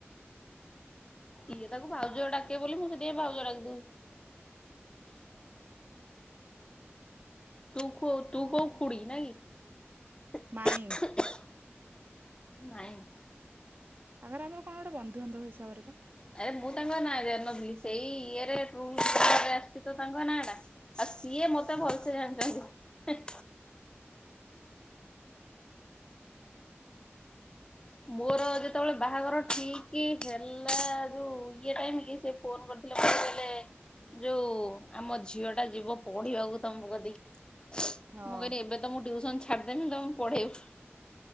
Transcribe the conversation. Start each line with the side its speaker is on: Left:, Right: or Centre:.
Left: ଇଏ ତାକୁ ଭାଉଜ ଡାକେ ବୋଲି ମୁଁ ସେଥିପାଇଁ ଭାଉଜ ଡାକିଦେଉଛି।
Right: <inaudible>
Left: ତୁ କ
Right: ହଁ
Left: ତୁ କୋଉ ଖୁଡି ନାହିଁ କି?
Right: ମାଇଁ
Left: ନାଇଁ।
Right: ତାଙ୍କର ଆମର କଣ ଗୋଟେ ବନ୍ଧୁ ବାନ୍ଧବ ହିସାବରେ ବା
Left: ଆରେ ମୁଁ ତାଙ୍କ ନାଁ ଜାଣିନଥିଲି ସେଇ ଇଏରେ ଆସିଛି ତ ତାଙ୍କ ନାଁ ଟା। ଆଉ ସିଏ ମତେ ଭଲସେ ଜାଣିଛନ୍ତି। ମୋର ଯେତେବେଳେ ବାହାଘର ଠିକି ହେଲା ଯୋଉ ଇଏ ଟାଇମ କି ସେ ଫୋନ କରିଥିଲେ। ମୋତେ କହିଲେ ଯୋଉ ଆମ ଝିଅଟା ଯିବ ପଢିବାକୁ ତମ କତିକି। ମୁଁ
Right: ହଁ
Left: କହିଲି ଏବେ ତ୍ ତ ମୁଁ ଟ୍ୟୁସନ ଛାଡିଦେବି ତମକୁ ପଢେଇବି।